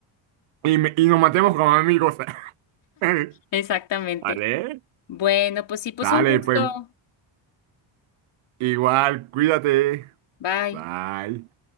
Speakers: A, on the right; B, on the left.
A: y, me- y nos matemos como amigos. <laughs> <laughs>
B: exactamente.
A: Vale,
B: Bueno, pues sí, pues
A: dale,
B: un gusto.
A: pues igual, cuídate.
B: Bye.
A: Bye.